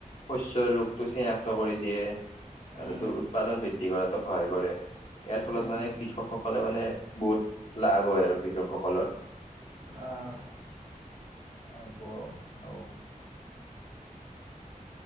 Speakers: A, on the left; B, on the right.
A: শস্যৰ ৰূপটো চিনাক্ত কৰি দিয়ে আৰু
B: উম,
A: তোৰ উৎপাদন বৃদ্ধি কৰাতো সহায় কৰে ইয়াৰ ফলত
B: উম,
A: মানে
B: উম,
A: কৃষকসকলে মানে বহুত লাভ হয় আৰু কৃষকসকলৰ
B: আহ
A: আব আও